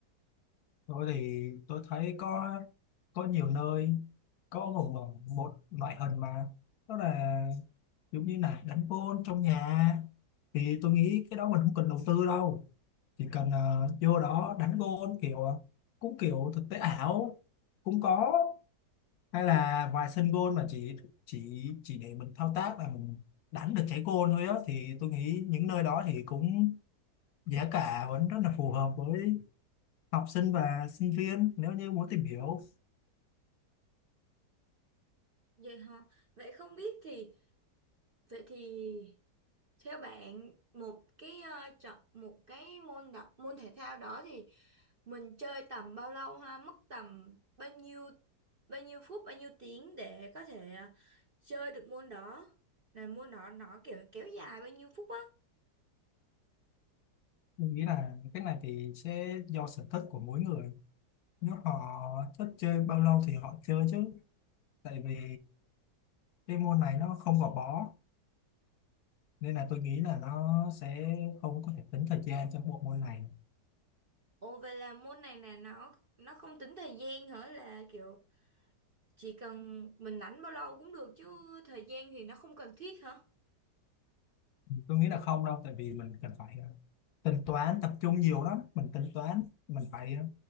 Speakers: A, on the left; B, on the right.
A: tôi thì tôi thấy có có nhiều nơi có một một một loại hình mà đó là giống như là đánh gôn trong nhà thì tôi nghĩ cái đó mình không cần đầu tư đâu chỉ cần ờ, vô đó đánh gôn kiểu ờ, cũng kiểu thực tế ảo cũng có hay là vài sân gôn mà chỉ chỉ chỉ để mình thao tác là mình đánh được trái gôn thôi á thì tôi nghĩ những nơi đó thì cũng giá cả vẫn rất là phù hợp với học sinh và sinh viên nếu như muốn tìm hiểu
B: vậy hả vậy không biết thì vậy thì theo bạn một cái ờ, chọn một cái môn đặc môn thể thao đó thì mình chơi tầm bao lâu ha mất tầm bao nhiêu bao nhiêu phút bao nhiêu tiếng để có thể ờ, chơi được môn đó là môn đó nó kiểu kéo dài bao nhiêu phút á
A: tôi nghĩ là cái này thì sẽ do sở thích của mỗi người nếu họ thích chơi bao lâu thì họ chơi chứ tại vì cái môn này nó không gò bó nên là tôi nghĩ là nó sẽ không có thể tính thời gian trong bộ môn này
B: ồ vậy là môn này là nó nó không tính thời gian hả là kiểu Chỉ cần mình rảnh bao lâu cũng được chứ thời gian thì nó không cần thiết hả?
A: tôi nghĩ là không đâu tại vì mình cần phải ờ, tính toán tập trung nhiều lắm mình tính toán mình phải ờ,